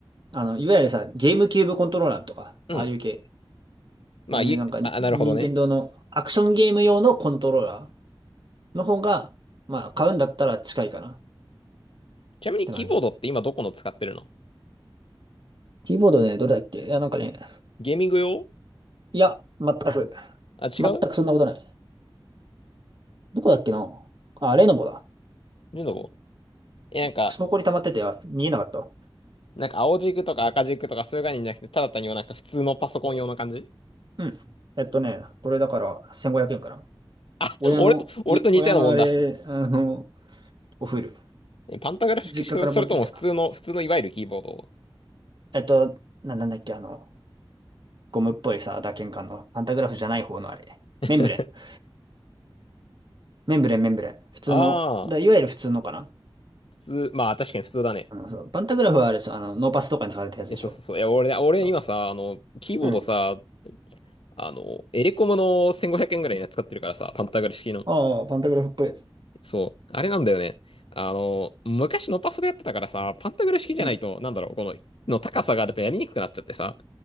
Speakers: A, on the right; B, on the left.
A: あの、いわゆるさ、ゲームキューブコントローラーとか、
B: うん。
A: ああいう系。
B: まあ、
A: ああいうなんか、
B: ゆ、あ、なるほどね。
A: 任天堂のアクションゲーム用のコントローラーの方が、まあ、買うんだったら近いかなっ
B: ちなみにキーボードって今どこの使ってるの
A: て感じ。キーボードね、どれだっけいや、なんかね、
B: ゲーミング用
A: いや、全く、
B: あ、違う
A: 全くそんなことない。どこだっけなあ、レノボだ。
B: ルノボえ、なんか、
A: クソこり溜まってて、あ見えなかったわ。
B: なんか青軸とか赤軸とかそういう概念じゃなくて、ただ単になんか普通のパソコン用の感じ
A: うん。えっとね、これだから1500円かな。
B: あ、
A: 親の、
B: 俺と、俺と似たようなもんだ。
A: い親のあれ、あの、おフル。
B: えパンタグラフ式、
A: 実家から持ってきた。
B: それとも普通の、普通のいわゆるキーボード
A: えっと、な、なんだっけ、あの、ゴムっぽいさ、打鍵感の、パンタグラフじゃない方のあれ。
B: <laughs>
A: メンブレン。メンブレン、メンブレン。普通の、
B: ああ、
A: だ、いわゆる普通のかな。
B: 普通、まあ確かに普通だね。
A: あの、そう、パンタグラフはあれですよ、あの、ノーパスとかに使われたやつでしょ。
B: え、そうそうそう。いや、俺、俺今さ、
A: そう
B: あの、キーボードさ、
A: うん。
B: あの、エレコムの1500円ぐらいのやつ使ってるからさ、パンタグラフ式の。
A: ああ、パンタグラフっぽいやつ。
B: そう。あれなんだよね。あの、昔のパソでやってたからさ、パンタグラ式じゃないと、
A: うん。
B: なんだろう、この、の高さがあるとやりにくくなっちゃってさ、